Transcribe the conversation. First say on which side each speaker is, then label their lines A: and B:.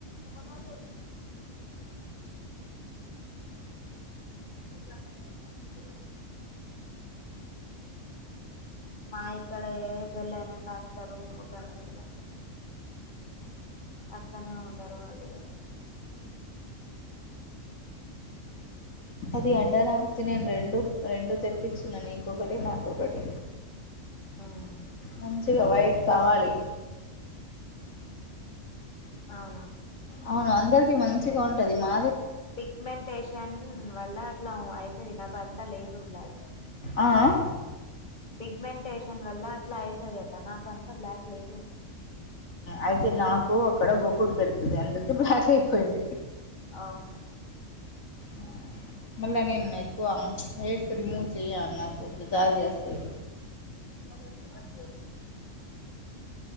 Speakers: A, on the left; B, on the left.
A: <inaudible> నిద కా అమా కద మా ఇక్కడే బెల్ అయినాంక అస్తరు గంటలు గంటలు అస్తనే ఉంటరు వాళ్లు ఇగా.
B: అది అండర్ ఆమ్స్ ది నేను రెండు రెండు తెప్పించినా నీకొకటి నాకొకటి.
A: ఉమ్
B: మంచిగా వైట్ కావాలి.
A: అవునా.
B: అవును అందరిది మంచిగా ఉంటది. మా
A: పిగ్మెంటేషన్ వల్ల అట్లా అయితది నాకు అంతా లేదు బ్లాక్.
B: ఆ ఆ
A: పిగ్మెంటేషన్ వల్ల అట్లా అవుతది అటా నాకు అంతా బ్లాక్ లేదు.
B: అయితే నాకు అక్కడ గోకుడు పెడుతుంది అందుకే బ్లాక్ అయిపోయింది.
A: ఓహో
B: ఆ మళ్ళనిన్న ఎక్కువ హేర్స్ రిమూవ్ చెయా నాకు విజారి చేస్తది.
A: అహా